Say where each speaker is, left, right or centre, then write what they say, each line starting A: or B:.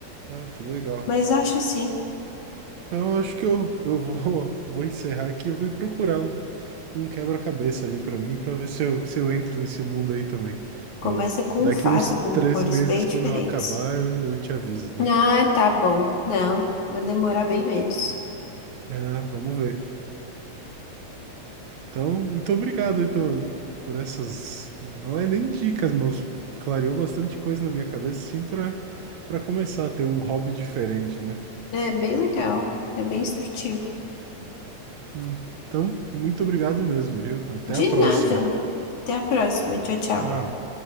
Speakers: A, on the right; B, on the left.
A: Ah, que legal.
B: Mas acho assim,
A: Então eu acho que eu, eu vou, <laughs> vou encerrar aqui e vou ir procurar um. um quebra-cabeça aí pra mim, pra ver se eu, se eu entro nesse mundo aí também.
B: começa
A: E
B: com
A: daqui
B: um fácil,
A: uns
B: com
A: três
B: cores
A: meses,
B: bem diferentes.
A: quando eu acabar, eu, eu te aviso daí.
B: Ah, tá bom. Não, vai demorar bem menos.
A: Ah, vamos ver. Então, muito obrigado aí pela, por essas. Não é nem dicas, mas clareou bastante coisa na minha cabeça, sim, pra para começar a ter um hobby diferente, né?
B: É é bem legal, é bem instrutivo.
A: Hum. Então, muito obrigado mesmo, viu? Até
B: De
A: a próxima.
B: nada. Até a próxima. Tchau, tchau.
A: Tchau.